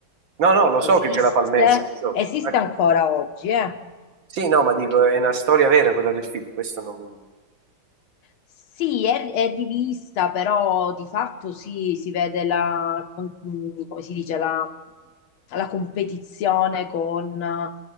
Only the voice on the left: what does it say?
esiste,
esiste
ancora oggi, eh.
Eh,
Sì, è, è di vista, però di fatto sì, si vede la, con- mh, come si dice, la, la competizione con eh,